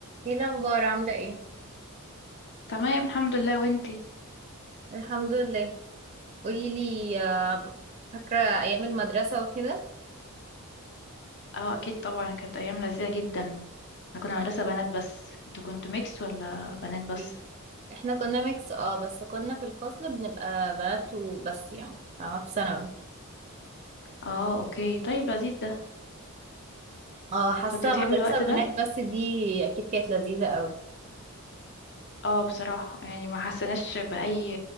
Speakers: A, on the right; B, on the left.
A: ايه الاخبار عامله ايه
B: تمام الحمد لله وانتي
A: الحمد لله قولي لي آه، فاكرة أيام المدرسة وكده
B: اه اكيد طبعا كانت ايام لذيذه جدا احنا كنا مدرسه بنات بس انتوا كنتوا ميكس ولا بنات بس
A: إيه؟ احنا كنا ميكس اه بس كنا في الفصل بنبقى بنات وبس يعني فاهمة في ثانوي
B: اه اوكي طيب لذيذ ده
A: اه حاسة
B: كنت بتحبي
A: مدرسة
B: الوقت
A: بنات
B: ده
A: بس دي أكيد كانت لذيذة أوي
B: اه بصراحه يعني ما حسناش باي